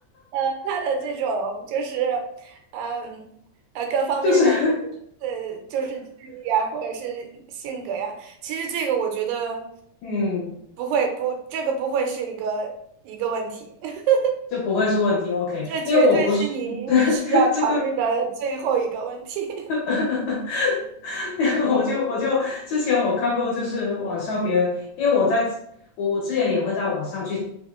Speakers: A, on the right; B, on the left.
A: 呃，他的这种就是，嗯，呃，各方面的就是呃，
B: 就是
A: 就是智力啊，或者是性格呀，其实这个我觉得
B: <laughs> 嗯，
A: 不会不，这个不会是一个一个问题，<laughs>
B: 这不会是问题，OK，
A: 这绝对是你你需要考虑的最后一个问题。
B: 因为我不是，<laughs> 这
A: <laughs>
B: <laughs> 我就我就之前我看过，就是网上别人，因为我在我我之前也会在网上去